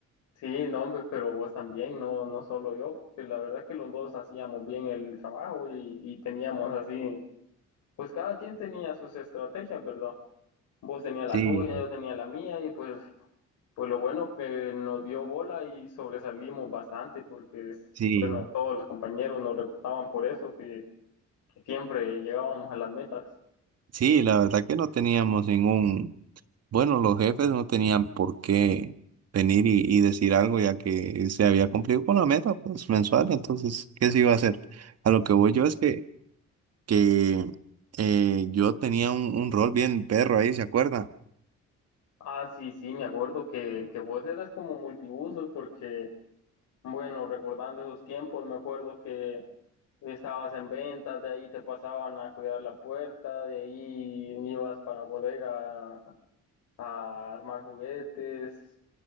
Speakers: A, on the left (about 80°); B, on the right (about 55°).
A: Sí, no, hombre, pero vos también, no, no solo yo, porque la verdad es que los dos hacíamos bien el trabajo y, y teníamos así, pues cada quien tenía sus estrategias, ¿verdad? Vos tenías la
B: Sí,
A: tuya, yo tenía la mía y pues Pues lo bueno que nos dio bola y sobresalimos bastante porque,
B: sí.
A: bueno, todos los compañeros nos recordaban por eso, que, que siempre llegábamos a las metas.
B: Sí, la verdad que no teníamos ningún, bueno, los jefes no tenían por qué venir y, y decir algo ya que se había cumplido con la meta pues mensual, entonces, ¿qué se iba a hacer? A lo que voy yo es que, que eh, yo tenía un, un rol bien perro ahí, ¿se acuerda?
A: Ah, sí, sí, me acuerdo que, que vos eras como multibusos porque, bueno, recordando esos tiempos, me acuerdo que estabas en ventas, de ahí te pasaban a cuidar la puerta, de ahí ibas para bodega a armar juguetes,